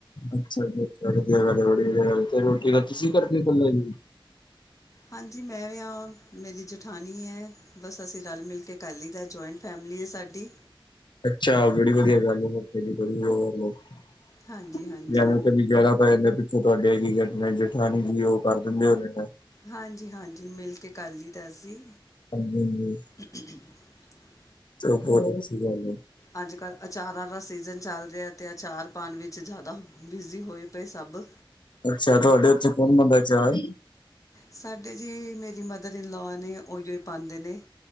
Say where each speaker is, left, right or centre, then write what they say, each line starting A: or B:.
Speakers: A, on the left; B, on the left.
A: ਅੱਛਾ ਜੀ ਅੱਛਾ, ਵਧੀਆ-ਵਧਿਆ ਤੇ ਰੋਟੀ ਨਾਲ ਤਾਂ ਤੁਸੀਂ ਕਰਕੇ ਕੱਲੇ ਯੂਜ।
B: ਹਾਂਜੀ, ਮੈਂ ਵੀ ਹਾਂ, ਮੇਰੀ ਜੇਠਾਣੀ ਹੈ ਬਸ ਅਸੀਂ ਰਲ-ਮਿਲ ਕੇ ਕਰ ਲਇਦਾ ਜੁਆਇੰਟ ਫੈਮਿਲੀ ਹੈ ਸਾਡੀ।
A: ਅੱਛਾ, ਬੜੀ ਵਧੀਆ ਗੱਲ ਏ ਫਿਰ ਤੇ ਬੜੀ ਵਢੀ
B: ਹਾਂਜੀ
A: <unintelligible>
B: ਹਾਂਜੀ
A: ਜਿਆਦਾਤਰ ਪਿੱਛੋਂ ਤੁਹਾਡੇ ਕੀ ਕਹਿੰਦੇ ਜੇਠਾਣੀ ਜੀ ਉ ਕਰ ਦਿੰਦੇ ਹੋਣੇ ਨੇ।
B: ਹਾਂਜੀ-ਹਾਂਜੀ, ਮਿਲ ਕੇ ਕੱਰ ਲਇਦਾ ਅਸੀਂ।
A: ਹਾਂਜੀ-ਹਾਂਜੀ।
B: <unintelligible>
A: ਤੇ ਬਹੁਤ ਅੱਛੀ ਗੱਲ ਏ।
B: ਅੱਜ-ਕੱਲ੍ਹ ਅਚਾਰਾਂ ਦਾ ਸੀਜ਼ਨ ਚੱਲ ਰਿਹਾ ਤੇ ਅਚਾਰ ਪਾਉਣ ਵਿੱਚ ਜ਼ਿਆਦਾ ਬਿਜ਼ੀ ਹੋਏ ਪਏ ਸਭ।
A: ਹੁਣ ਅੱਛਾ, ਤੁਹਾਡੇ ਉੱਥੇ ਕੌਣ ਪਾਂਦਾ ਅਚਾਰ?
B: ਸਾਡੇ ਜੀ ਮੇਰੀ ਮਦਰ ਇਨਲੋਅ ਨੇ ਉਹੀਓ ਹੀ ਪਾਉਂਦੇ ਨੇ।